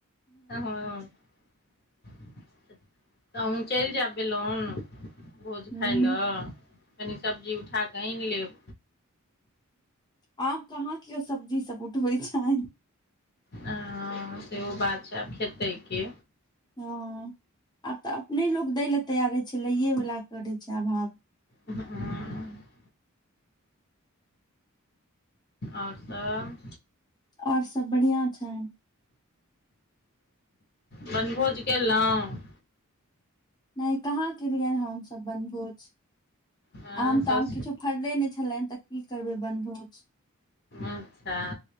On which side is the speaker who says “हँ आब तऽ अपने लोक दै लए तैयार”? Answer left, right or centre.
Left